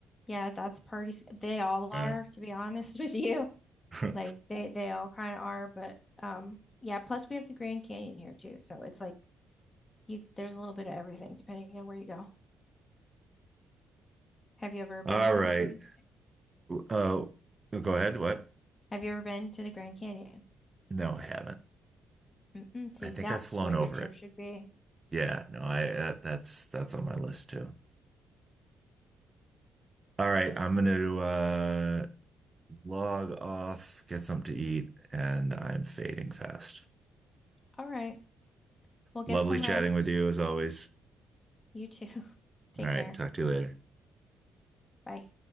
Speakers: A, on the left (about 20°); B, on the right (about 25°).
A: Yeah, that's party. s- They all
B: Yeah.
A: are, to be honest <laughs> with you.
B: <laughs>
A: Like they they all kind of are, but um yeah, plus we have the Grand Canyon here too. So it's like you there's a little bit of everything depending on where you go. Have you ever been
B: All
A: to
B: right.
A: the Grand?
B: Uh, go ahead. What?
A: Have you ever been to the Grand Canyon?
B: No, I haven't.
A: Mm-mm, see,
B: I think
A: that's
B: I've flown
A: what
B: over
A: your trip
B: it.
A: should be.
B: Yeah, no, I that, that's that's on my list too. All right, I'm gonna uh log off, get something to eat, and I'm fading fast.
A: All right. Well, get
B: Lovely
A: some
B: chatting
A: rest.
B: with you as always.
A: You too. <laughs> Take
B: All right,
A: care.
B: talk to you later.
A: Bye.